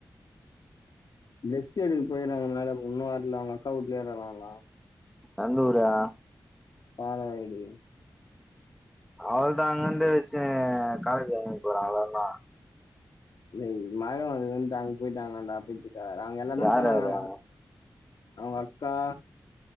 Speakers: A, on the left (about 80°); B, in the centre.
A: டிரெஸ்டு எடுக்க போய்றாங்க மேடம் இன்னு வர்ல அவ்ங்க அக்கா ஊட்லயாரு வராங்லா
B: எந்த ஊரா
A: பாழாயிடு
B: அவள்தா அங்கர்ந்து வச்சு காலேஜ்லர்ந்து போறாங்கள்ள
A: டேய் மழ வருதுன்ட் அங் போய்டாங்களாண்டா போய்த்து த்த அங்க எல்லாந்தா
B: யார்
A: போனாங்களா
B: யாரு
A: அவ்ங்க அக்கா